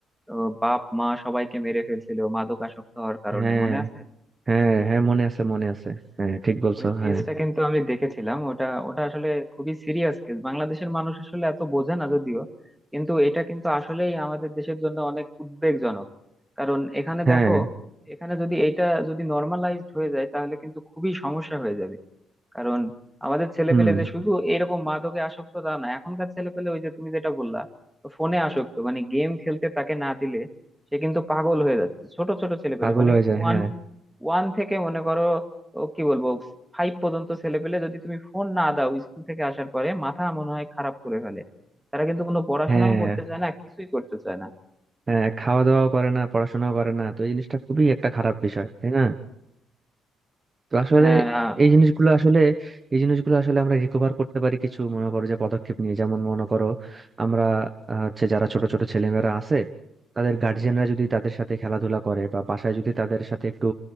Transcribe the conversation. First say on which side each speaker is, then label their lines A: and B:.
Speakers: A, in the centre; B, on the right.
A: আহ, বাপ মা সবাইকে মেরে ফেলছিল মাদকাসক্ত হওয়ার কারণে
B: হ্যাঁ
A: মনে আছে
B: হ্যাঁ হ্যাঁ মনে আছে মনে আছে হ্যাঁ ঠিক বলছো
A: ওই কেসটা
B: হ্যাঁ
A: কিন্তু আমি দেখেছিলাম ওটা ওটা আসলে খুবই সিরিয়াস কেস বাংলাদেশের মানুষ আসলে এত বোঝে না যদিও কিন্তু এটা কিন্তু আসলেই আমাদের দেশের জন্য অনেক উদ্বেগজনক কারণ এখানে
B: হ্যাঁ
A: দেখো এখানে যদি এটা যদি নর্মালাইজড হয়ে যায় তাহলে কিন্তু খুবই সমস্যা হয়ে যাবে কারণ আমাদের ছেলেপেলে
B: হুম
A: যে শুধু এইরকম মাদকে আসক্ত তা না এখনকার ছেলেপেলে ওই যে তুমি যেটা বললা ফোনে আসক্ত মানে গেম খেলতে তাকে না দিলে সে কিন্তু পাগল হয়ে যাচ্ছে ছোট ছোট ছেলেপেলে
B: পাগল
A: মানে
B: হয়ে যায়
A: ওয়ান
B: হ্যাঁ
A: ওয়ান থেকে মনে করো ও কি বলবো ফাইভ পর্যন্ত ছেলেপেলে যদি তুমি ফোন না দাও স্কুল থেকে আসার পরে মাথা মনে হয় খারাপ করে ফেলে তারা কিন্তু কোনো পড়াশোনাও
B: হ্যাঁ
A: করতে চায় না কিছুই করতে চায় না
B: হ্যাঁ খাওয়া দাওয়াও করে না পড়াশোনাও করে না তো এই জিনিসটা খুবই একটা খারাপ বিষয় তাই না তো আসলে
A: হ্যাঁ
B: এই জিনিসগুলো আসলে এই জিনিসগুলো আসলে আমরা রিকভার করতে পারি কিছু মনে করো যে পদক্ষেপ নিয়ে যেমন মনে করো আমরা আহ, হচ্ছে যারা ছোট ছোট ছেলেমেয়েরা আছে তাদের গার্জিয়ানরা যদি তাদের সাথে খেলাধুলা করে বা বাসায় যদি তাদের সাথে একটু